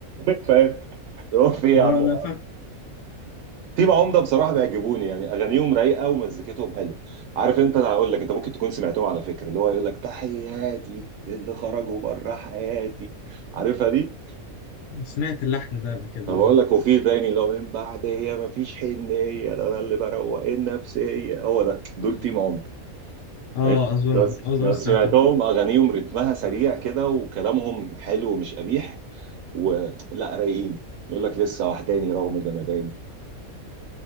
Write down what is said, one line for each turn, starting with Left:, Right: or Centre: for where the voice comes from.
Right: <laughs> فاهم هو في إيه يا
Left: اه
Right: عم
Left: لا فا
Right: تيم عمده بصراحه بيعجبوني يعني اغانيهم رايقه ومزيكتهم حلوه عارف انت انا هقول لك انت ممكن تكون سمعتهم على فكره اللي هو يقول لك تحياتي للي خرجوا بره حياتي عارفها دي
Left: سمعت اللحن ده قبل كده
Right: انا
Left: اه
Right: بقول لك وفي تاني لو من بعد هي مفيش حنيه ده انا اللي بروق النفسيه هو ده دول تيم عمر
Left: اه
Right: انت
Left: اظن
Right: لو
Left: آه، اظن
Right: لو
Left: سمعته
Right: سمعتهم اغانيهم رتمها سريع كده وكلامهم حلو ومش قبيح ولا رايقين يقول لك لسه وحداني رغم جمداني